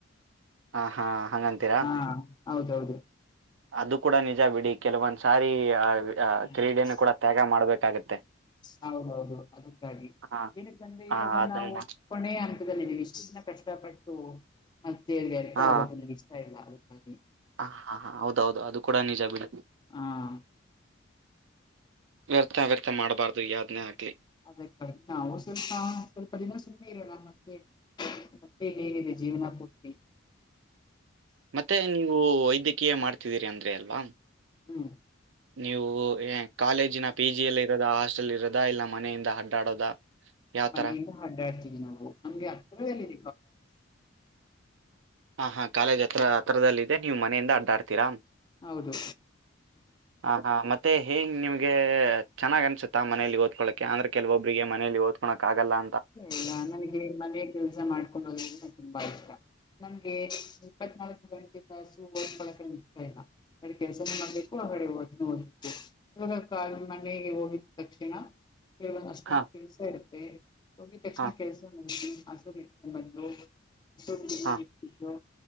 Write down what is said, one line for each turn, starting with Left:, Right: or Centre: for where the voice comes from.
Right: ಆ ಹಾ ಹಂಗಂತೀರಾ
Left: ಹಾ ಹೌದೌದು
Right: ಅದು ಕೂಡ ನಿಜ ಬಿಡಿ ಕೆಲವೊಂದ್ ಸಾರಿ ಆ
Left: ಹ್ಮ
Right: ಕ್ರೀಡೆನ ಕೂಡ ತ್ಯಾಗ ಮಾಡ್ಬೇಕಾಗತ್ತೆ
Left: ಹೌದೌದು ಅದಕ್ಕಾಗಿ
Right: ಹಾ
Left: ಏನಕ್ಕಂದ್ರೆ
Right: ಹಾ
Left: ಇವಾಗ
Right: ಅದನ್ನು
Left: ನಾವು
Right: ಮಾಡ
Left: ಕೊನೆಯ ಹಂತದಲ್ಲಿ ಇದ್ದಿವಿ ಇಷ್ಟ ಕಷ್ಟಪಟ್ಟು ಮತ್ತೆ ವ್ಯರ್ಥ
Right: ಹಾ
Left: ಆಗೋದು ನನಗ ಇಷ್ಟಾ ಇಲ್ಲಾ ಹ್ಮ್ಮ
Right: ಹ ಹಾ ಹಾ ಹೌದೌದು ಅದು ಕೂಡ ನಿಜಾ ಬಡಿ
Left: ಹಾ
Right: ವ್ಯರ್ಥ ವ್ಯರ್ಥ ಮಾಡಬಾರ್ದು ಯಾವ್ದನೇ ಆಗ್ಲಿ
Left: ಅದಕ್ಕ ನಾವು ಸ್ವಲ್ಪ ದಿನ ಸುಮ್ಮನೆ ಇರೋಣ ಮತ್ತೆ ಮತ್ತೆನ್ನೆನಿದೆ ಜೀವನ ಪೂರ್ತಿ
Right: ಮತ್ತೆ ನೀವು ವೈದ್ಯಕೀಯ ಮಾಡ್ತಿದ್ದೀರಿ ಅಂದ್ರೆ ಅಲ್ವಾ
Left: ಹ್ಮ್
Right: ನೀವು ಕಾಲೇಜಿನ ಪಿ ಜಿ ಎಲ್ಲಿ ಇರೋದ ಹಾಸ್ಟೆಲ್ ಇರೋದ ಇಲ್ಲ ಮನೆಯಿಂದ ಅಡ್ಡಾಡೋದ ಯಾವ್ತರ
Left: ಮನೆಯಿಂದ ಅಡ್ಡಾಡ್ತಿದವಿ ನಾವು ಅಂದಗೆ ಹತ್ತಿರಲ್ಲ
Right: ಹಾ ಹಾ ಕಾಲೇಜ್ ಹತ್ರ ಹತ್ರದಲ್ಲದೆ ನೀವ್ ಮನೆಯಿಂದ ಅಡ್ಡಾಡ್ತೀರಾ
Left: ಹೌದು
Right: ಹ ಹಾ ಮತ್ತೆ ಹೇಗ ನಿಮಗೆ ಚೆನ್ನಾಗಿ ಅನ್ಸುತ್ತಾ ಮನೇಲಿ ಓದ್ಕೊಳ್ಳ ಅಂದ್ರೆ ಕೆಲವೊಬ್ರಿಗೆ ಮನಲ್ಲಿ ಓದ ಓದನ್ನಕ್ ಆಗಲ್ಲಾ
Left: ಇಲ್ಲ ನನಗೆ ಮನೆಯ ಕೆಲ್ಸ ಮಾಡುಕ್ಕೊಂಡು ಹೋಗದು ತುಂಬಾ ಇಷ್ಟ ನಮ್ಗೆ ಇಪ್ಪತ್ನಾಲ್ಕು ಗಂಟೆ ತಾಸು ಓದಕೊಳ್ಳಕೆ ಆಗ್ತಾ ಇಲ್ಲ ಈಕಡೆನೂ ಕೆಲಸ ಮಾಡಬೇಕು ಆ ಕಡೆ ಓದಕೂ ಓದಕಬೇಕು ವಿಡಿಯೋ ಕಾಲ್ ಮನೆಗೆ ಹೋಗಿದ್ ತಕ್ಷಣ ಕೇಳ ಅಷ್ಟೊಂದು
Right: ಹಾ
Left: ಕೆಲ್ಸ ಇರುತ್ತೆ ಹೋಗಿದ್ ತಕ್ಷಣ
Right: ಹಾ
Left: ಕೆಲ್ಸ ಮುಗಿಸಿ ಹಸು ಇಟ್ಕೊಂಡ ಬಂದು ಹಸುಗ್ ನೀರ್
Right: ಹಾ
Left: ಇಟ್ ಬಿಟ್ಟು